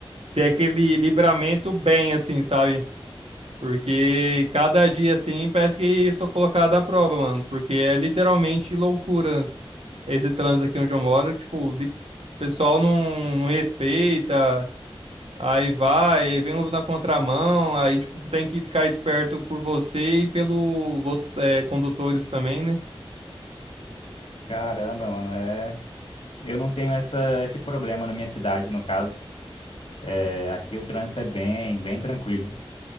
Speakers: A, on the right; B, on the left.
A: ter aquele livramento bem, assim, sabe? Porque cada dia, assim, parece que eu sou colocado à prova, mano. Porque é literalmente loucura esse trânsito aqui onde eu moro. Tipo, de- o pessoal não, não respeita. Aí vai, aí vem uns na contramão, aí tipo, tem que ficar esperto por você e pelos outros eh, condutores também, né?
B: Caramba, mano, é. Eu não tenho essa, esse problema na minha cidade, no caso. É, aqui o trânsito é bem, bem tranquilo.